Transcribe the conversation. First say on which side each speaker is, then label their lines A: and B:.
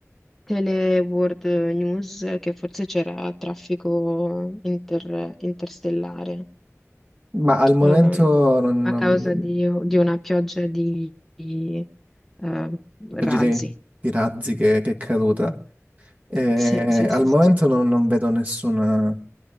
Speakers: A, in the centre; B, on the right.
A: Tele World News che forse c'era traffico inter- interstellare.
B: Ma al momento
A: ehm,
B: non,
A: a
B: non...
A: causa di, di una pioggia di, di, eh, razzi.
B: a proposito di di razzi che, che è caduta, eh,
A: Sì, sì,
B: al
A: sì,
B: momento
A: sì.
B: non, non vedo nessuna,